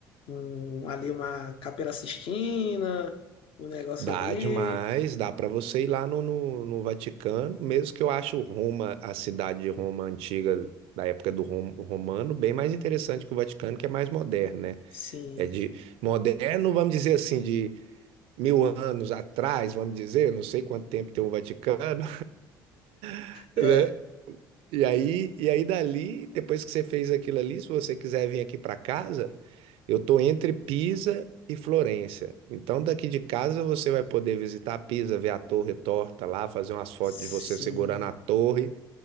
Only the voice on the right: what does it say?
Dá
demais, dá para você ir lá no, no, no Vaticano, mesmo que eu acho Roma, a cidade de Roma antiga, da época do Rom- romano, bem mais interessante que o Vaticano, que é mais moderno, né?
É de moderno, vamos dizer assim, de mil anos atrás, vamos dizer, não sei quanto tempo tem o Vaticano, <laughs>
né? E aí, e aí dali, depois que você fez aquilo ali, se você quiser vir aqui para casa, eu estou entre Pisa e Florença. Então, daqui de casa você vai poder visitar Pisa, ver a torre torta lá, fazer umas fotos
de você segurando a torre